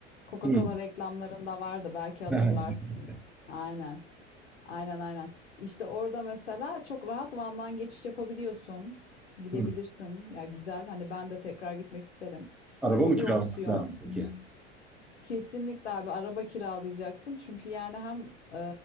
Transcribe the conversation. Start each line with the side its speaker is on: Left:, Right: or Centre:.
Left: Coca-Cola
Centre: Hmm.
Left: reklamlarında vardı belki hatırlarsın.
Centre: <laughs>
Left: Aynen. Aynen aynen. İşte orada mesela çok rahat Van'dan geçiş yapabiliyorsun. Gidebilirsin.
Centre: Hmm.
Left: Ya güzel. Hani ben de tekrar gitmek isterim.
Centre: Araba
Left: O
Centre: mı kiralamak
Left: bir opsiyon.
Centre: lazım peki?
Left: Kesinlikle abi araba kiralayacaksın. Çünkü yani hem e,